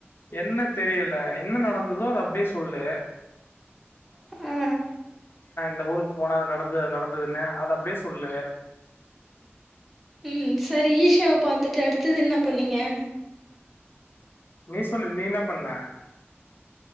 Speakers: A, on the left; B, in the centre.
A: என்ன தெரியல என்ன நடந்துதோ அது அப்டியே சொல்லு
B: ஆ
A: அந்த ஊருக்கு போனா அது நடந்தது அது நடந்ததுனு அத அப்டியே சொல்லு
B: உ சரி ஈஷாவ பாத்துட்டு அடுத்தது என்ன பண்ணீங்க
A: நீ சொல்லு நீ என்ன பண்ண